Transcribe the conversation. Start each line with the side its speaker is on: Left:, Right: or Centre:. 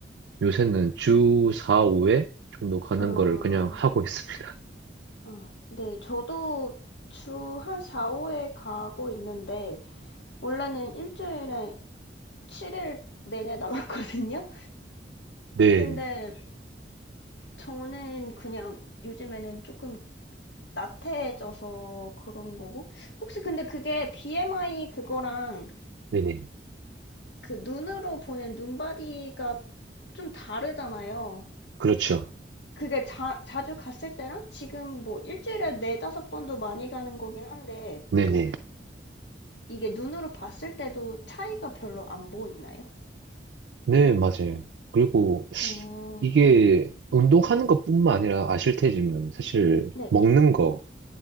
Right: 요새는 주 4, 5회 정도 가는
Left: 아,
Right: 거를 그냥 하고 있습니다. <laughs>
Left: 아, 네. 저도 주 한 4, 5회 가고 있는데, 원래는 일주일에 7일 내내 나갔거든요?
Right: 네,
Left: 근데 저는 그냥 요즘에는 조금 나태해져서 그런 거고. 혹시 근데 그게 BMI 그거랑
Right: 네네.
Left: 그 눈으로 보는 눈바디가 좀 다르잖아요.
Right: 그렇죠.
Left: 그게 자, 자주 갔을 때랑 지금 뭐 일주일에 네다섯 번도 많이 가는 거긴 한데,
Right: 네네.
Left: 뭐 이게 눈으로 봤을 때도 차이가 별로 안 보이나요?
Right: 네, 맞아요. 그리고
Left: 어,
Right: 이게 운동하는 것뿐만 아니라 아실 테지만 사실
Left: 네.
Right: 먹는 거,